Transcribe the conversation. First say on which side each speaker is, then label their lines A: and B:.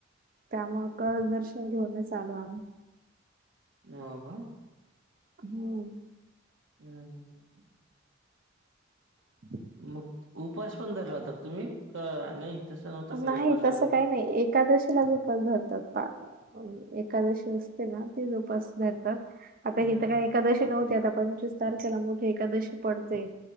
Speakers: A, on the right; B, on the right.
A: त्यामुळं कल दर्शन घेऊनच आलो आम्ही.
B: हो का
A: हम्म.
B: हम्म हम्म हम् हम्.
A: <inaudible>
B: मग उपास पण धरलाता तुम्ही का नाही तसं नव्हतं. काही
A: नाही
B: उपवास
A: तसं
B: वगैरे?
A: काही नाही एकादशीलाच उपवास धरतात <unintelligible> एखकादशी असते ना तेच उपास धरतात. आता
B: हं,
A: ही त काय एकादशी नव्हती, आता पंचवीस तारखेला मोठी एकादशी पडते.